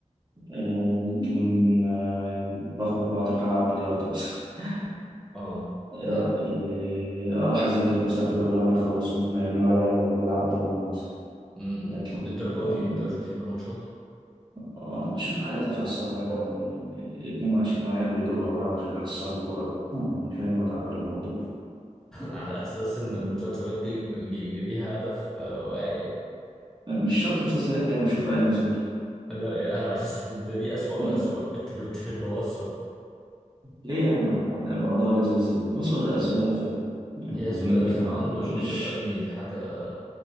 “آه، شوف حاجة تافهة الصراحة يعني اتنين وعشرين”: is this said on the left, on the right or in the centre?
Right